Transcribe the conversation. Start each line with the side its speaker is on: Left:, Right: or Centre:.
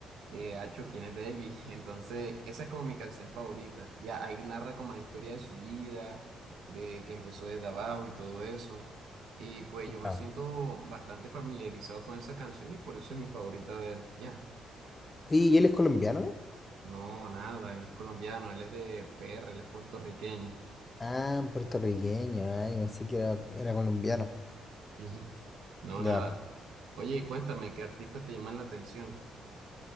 Right: eh, Acho, ¿quién es David? <laughs> Entonces, esa es como mi canción favorita. Ya ahí narra como la historia de su vida, de que empezó desde abajo y todo eso. Y pues yo me
Left: No.
Right: siento bastante familiarizado con esa canción y por eso es mi favorita de él, ya.
Left: Oye, ¿y él es colombiano?
Right: No, nada, él no es colombiano, él es de PR, él es puertorriqueño.
Left: Ah, puertorriqueño, ay, pensé que era, era colombiano.
Right: Ujú. No,
Left: Ya.
Right: nada. Oye, y cuéntame, ¿qué artistas te llaman la atención?